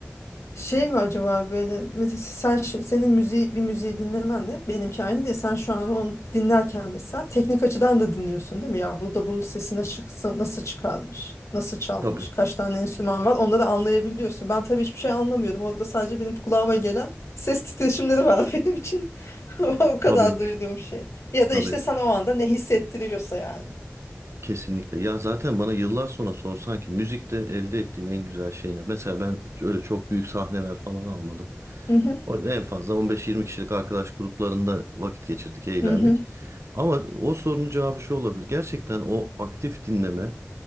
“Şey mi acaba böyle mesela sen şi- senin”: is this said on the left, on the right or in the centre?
Left